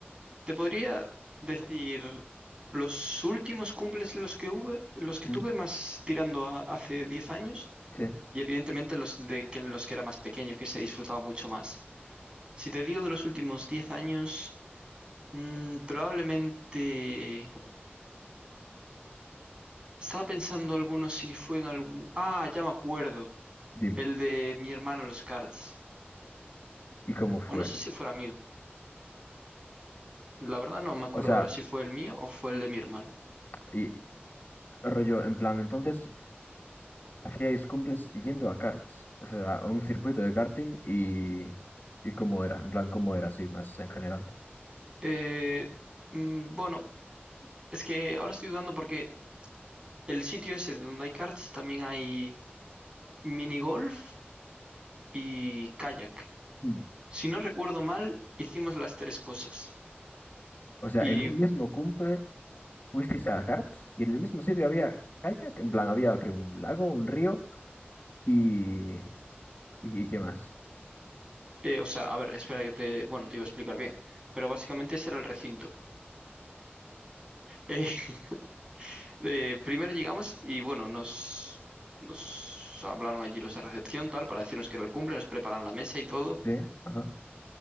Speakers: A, on the right; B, on the left.
A: te podría decir los últimos cumples los que hube- los que
B: ¿Mm?
A: tuve más tirando a hace 10 años
B: Sí,
A: y evidentemente los de que en los que era más pequeño que se disfrutaba mucho más. Si te digo de los últimos 10 años, mm, probablemente estaba pensando algunos si fue en algún... Ah, ya me acuerdo,
B: dime.
A: el de mi hermano en los karts.
B: ¿Y cómo fue?
A: O no sé si fuera mío. La verdad no me acuerdo
B: O sea,
A: ahora si fue el mío o fue el de mi hermano.
B: y rollo, en plan, entonces, hacíais cumples yendo a karts, o sea, a un circuito de karting y, y cómo era, en plan, cómo era así más en general.
A: Eh, mm, bueno, es que ahora estoy dudando porque el sitio ese donde hay karts también hay mini golf y kayak.
B: Mm.
A: Si no recuerdo mal, hicimos las tres cosas.
B: O sea,
A: Y,
B: en un mismo cumple. fuisteis a Gartz y en el mismo sitio había kayak, en plan había que un lago, un río y, y, y qué más.
A: eh, o sea, a ver, espera que te, bueno, te iba a explicar bien, pero básicamente ese era el recinto. <laughs> Eh, eh, primero llegamos y, bueno, nos, nos hablaron allí los de recepción, tal, para decirnos que era el cumple, nos preparan la mesa y todo.
B: Sí, ajá.